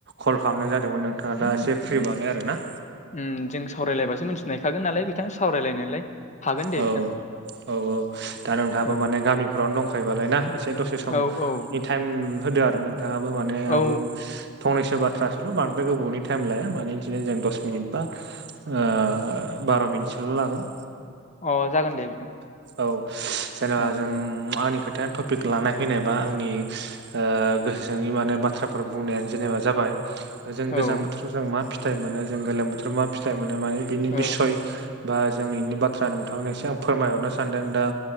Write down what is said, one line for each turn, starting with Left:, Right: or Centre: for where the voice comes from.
Right: कल खामनाय जादोंमोन नोंथाङा दा इसे फ्रि बालाय आरो ना।
Left: उम जों सावरायलायबासो मिथिनायखागोन नालाय बिथां सावरायलायनोलाय हागोन दे
Right: औ
Left: बिथां।
Right: औ औ दा नोंथाङाबो
Left: औ
Right: माने गामिफोरावनो दंखायोबालाय ना एसे दसे सम
Left: औ औ
Right: टाइम होदो आरो नोंथाङाबो माने
Left: औ
Right: आंबो फंनैसो बाथ्रासोल' बांद्राय गोबावनि टाइम लाया माने बिदिनो जों दस मिनिट बा ओ बार' मिनिटसोल' लागोन।
Left: अ जागोन दे बिथां।
Right: औ जेनेबा
Left: औ
Right: जों आंनि खोथायानो टपिक लानाय फैनाय बा आंनि ओ गोसो सनि माने बाथ्राफोर बुंनायानो जेनेबा जाबाय जों
Left: औ
Right: गोजां
Left: ओ
Right: बोथोराव जों मा फिथायाइ मोनो जों गोलोम बोथोराव मा फिथाइ मोनो माने बिनि
Left: अ
Right: बिसय बा जों इनि बाथ्रा नोंथांनो एसे आं फोरमायहरनो सानदों दा